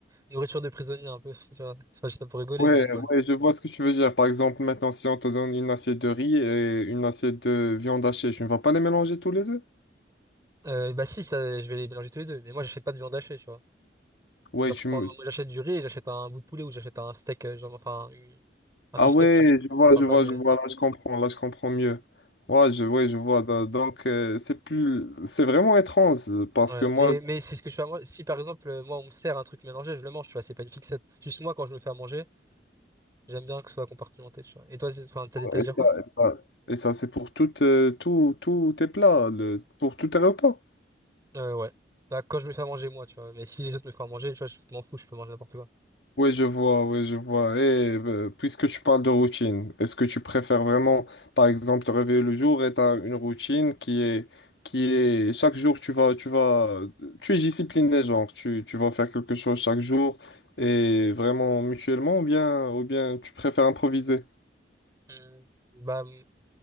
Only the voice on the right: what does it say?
nourriture de prisonnier, un peu, <laughs> tu vois. Enfin, je dis ça pour rigoler,
mais ouais.
Euh, bah, si, ça, je vais les mélanger tous les deux. Mais moi, j'achète pas de viande hachée, tu vois.
Genre,
je prends,
j'achète du riz et j'achète un bout de poulet ou j'achète un steak, euh, genre, enfin, une- un
beefsteak,
tu vois.
Enfin,
pas
le.
Ouais.
Ouais.
Mais, mais c'est ce que je fais à manger. Si par exemple, euh, moi, on me sert un truc mélangé, je le mange, tu vois, c'est pas une fixette. Juste moi, quand je me fais à manger, j'aime bien que ce soit compartimenté, tu vois. Et toi, c'est- enfin, t'as détaillé
dire
quoi?
Euh, ouais. Bah, quand je me fais à manger, moi, tu vois. Mais si les autres me font à manger, tu vois, je m'en fous, je peux manger n'importe quoi.
Hmm. Bah,